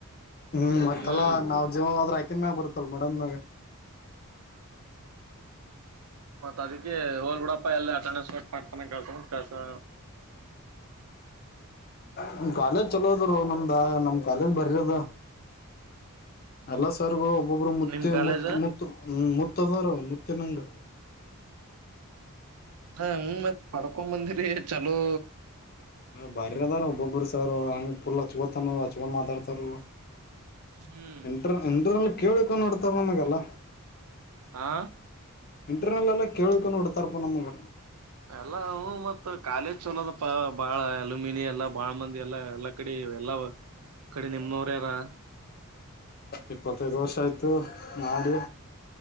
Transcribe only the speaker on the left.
ಹ್ಮ್ ಮತ್ತಲ್ಲ
ನಾವ ಜೀವ ಹೋದ್ರ ಅಕಿನ್ ಮ್ಯಾಗ್ ಬರ್ತ್ತಲ್ ವಾರ್ಡನ್ ಮ್ಯಾಗ.
ಹ್ಮ್ ಕಾಲೇಜ್ ಚಲೋದರೋ ನಮ್ದ ನಮ್ ಕಾಲೇಜ್ ಭಾರಿ ಅದಾ. ಎಲ್ಲ ಸರ್ಗಳು ಒಬ್ಬೊಬ್ರು ಮುತ್ತಿ
ಮುತ್ತ ಮುತ್ತ ಹ್ಮ್ ಮುತ್ತ ಆದಾರೂ ಮುತ್ತಿನಂಗ
ಬಾರಿ ಅದಾರ ಒಬ್ಬೊಬ್ರು ಸರ್ ಹಂಗ ಫುಲ್ ಹಚ್ಕೊತಾನ ಹಚ್ಕೊಂಡ ಮಾತಾಡ್ತಾರೂ.
ಇಂಟ್ರ ಇಂಟ್ರನಲ್ಲಿ ಕೇಳಿಕ ನೋಡ್ತಾರ ನಮಗೆಲ್ಲ.
ಇಂಟರ್ನಲ್ ಎಲ್ಲ ಕೇಳ್ಕೊಂಡ ಇಡ್ತಾರಪ್ಪ ನಮ್ಗ
ಇಪ್ಪತ್ತದು ವರ್ಷ ಆಯ್ತು ಮಾಡಿ